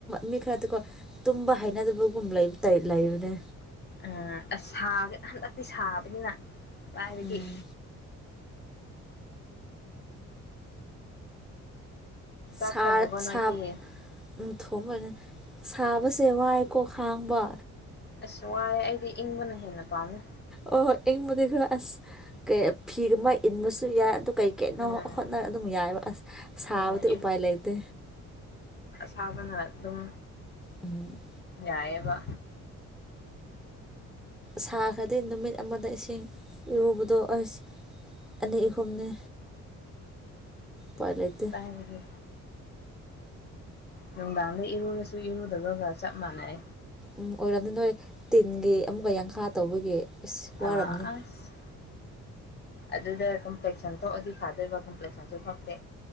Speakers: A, in the centre; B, on the left (about 35°).
A: ꯃꯤ ꯈꯔꯗꯤꯀꯣ ꯇꯨꯝꯕ ꯍꯥꯏꯅꯗꯕꯒꯨꯝ ꯂꯩꯕꯅꯤ
B: ꯑ ꯑꯁ ꯍꯟꯗꯛꯇꯤ ꯁꯥꯕꯅꯤꯅ ꯄꯒꯤꯦ
A: ꯎꯝ
B: ꯆꯥꯛ
A: ꯁꯥ
B: ꯊꯣꯡꯉꯕꯣ
A: ꯊꯣꯡꯄꯅ
B: ꯅꯣꯏꯗꯤ
A: ꯁꯥꯕꯁꯦ ꯋꯥꯏꯀꯣ ꯈꯥꯡꯕ
B: ꯑꯁ ꯋꯥꯏꯑꯦ ꯑꯩꯗꯤ ꯏꯪꯕꯅ ꯍꯦꯟꯅ ꯄꯥꯝꯃꯦ
A: ꯑꯣ ꯍꯣꯏ ꯑꯩꯕꯗꯤ ꯈꯔ ꯑꯁ ꯀ ꯐꯤꯒ ꯑꯃ ꯏꯟꯕꯁꯨ ꯌꯥꯏ ꯀꯩ ꯀꯩꯅꯣ
B: ꯑꯥ
A: ꯍꯣꯠꯅꯔ ꯑꯗꯨꯝ ꯌꯥꯏꯑꯕ ꯑꯁ ꯁꯥꯕꯗꯤ
B: ꯑꯥ
A: ꯎꯄꯥꯏ ꯂꯩꯇꯦ
B: ꯊꯥꯕꯅ ꯑꯗꯨꯝ
A: ꯎꯝ
B: ꯌꯥꯌꯦꯕ
A: ꯁꯥꯈ꯭ꯔꯗꯤ ꯅꯨꯃꯤꯠ ꯑꯃꯗ ꯏꯁꯤꯡ ꯏꯔꯨꯕꯗꯣ ꯑꯩꯁ ꯑꯅꯤ ꯑꯍꯨꯝꯅꯤ ꯄꯥꯏ ꯂꯩꯇ
B: ꯀꯗꯥꯏꯗꯒꯤ ꯅꯨꯡꯗꯥꯡꯗ ꯏꯔꯨꯔꯁꯨ ꯏꯔꯨꯗꯕꯒ ꯆꯞ ꯃꯥꯟꯅꯩ
A: ꯎꯝ ꯑꯣꯏꯔꯝꯅꯤ ꯅꯣꯏ ꯇꯤꯟꯒꯤ ꯑꯃꯨꯛꯀ ꯌꯥꯡꯈꯥ ꯇꯧꯕꯒꯤ ꯑꯁ ꯋꯥꯔꯝꯅꯤ
B: ꯑ ꯑꯁ ꯑꯗꯨꯗ ꯀꯝꯄ꯭ꯂꯦꯛꯁꯟ ꯊꯣꯛꯑꯗꯤ ꯐꯥꯗꯣꯏꯕ ꯀꯝꯄ꯭ꯂꯦꯛꯁꯟꯁꯨ ꯊꯣꯛꯇꯦ